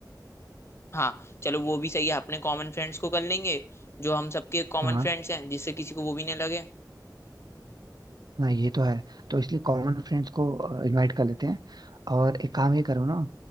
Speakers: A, on the left (about 35°); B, on the right (about 65°).
A: हाँ चलो वो भी सही है अपने कॉमन फ्रेंड्स को कर लेंगे जो हम सबके कॉमन
B: हाँ
A: फ्रेंड्स हैं जिससे किसी को वो भी नहीं लगे
B: हाँ ये तो है तो इसलिए कॉमन फ्रेंड्स को इनवाइट कर लेते हैं और एक काम ये करो ना